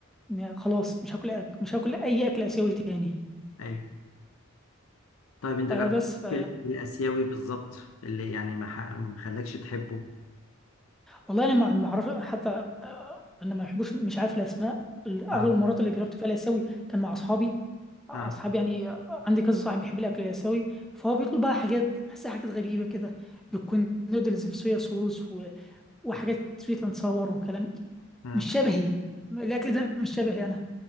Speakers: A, in the centre; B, on the left (about 80°).
A: إن خلاص مش هاكل أك... مش هاكل اي اكل اسيوي تاني
B: ايوه طيب انت
A: آه
B: جربت
A: بس ف...
B: ال- الاسيوي بالظبط اللي يعني ما ح- ما خلاكش تحبه
A: والله انا ما ما اعرف حتى آه، انا ما بحبوش مش عارف الاسماء اغلب
B: اه
A: المرات اللي جربت فيها الاسيوي كان مع اصحابي اصحابي
B: اه
A: يعني آه، عندي كذا صاحب بيحب الاكل الاسيوي فهو بيطلب بقى حاجات بحسها حاجات غريبه كده بتكون نودلز في صويا صوص و... وحاجات سويت اند ساور وكلام
B: آه.
A: مش شبهي الاكل ده مش شبهي انا